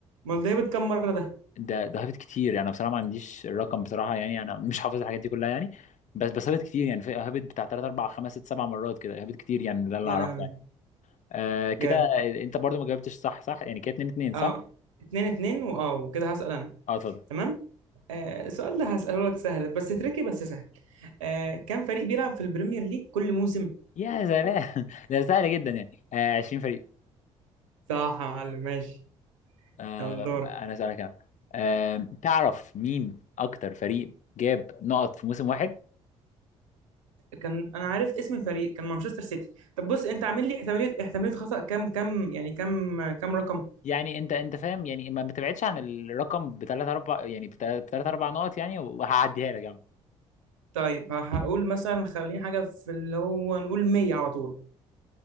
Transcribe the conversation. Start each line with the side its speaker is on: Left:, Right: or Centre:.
Right: امال ده كام مرة ده
Left: ده ده هبط كتير يعني. انا بصراحه ما عنديش الرقم بصراحه يعني انا مش حافظ الحاجات دي كلها يعني بس بس هبط كتير يعني في- هبط بتاع 3 4 5 6 7 مرات كده هبط كتير يعني ده اللي
Right: يا
Left: اعرفه
Right: لهوي
Left: يعني آه كده
Right: جامد
Left: انت برضو ما جاوبتش صح صح يعني كده 2 2
Right: اه
Left: صح
Right: اتنين اتنين واه وكده هسأل انا
Left: اه اتفضل
Right: تمام آه السؤال ده هسأله لك سهل بس تريكي بس سهل آه كم فريق بيلعب في البريمير ليج كل موسم
Left: يا سلام <laughs> ده سهل جدا يعني آه 20 فريق
Right: صح يا معلم ماشي
Left: آم،
Right: يلا دورك
Left: انا اسالك انا آم، تعرف مين اكتر فريق جاب نقط في موسم واحد
Right: كان انا عارف اسم الفريق كان مانشستر سيتي طب بص انت عامل لي احتمالية احتمالية خطأ كام كام يعني كام كام رقم
Left: يعني انت انت فاهم يعني ما بتبعدش عن الرقم بثلاث اربع يعني بثلاث اربع نقط يعني وهعديها لك يعني
Right: طيب هقول مثلا خليني حاجة في اللي هو نقول 100 على طول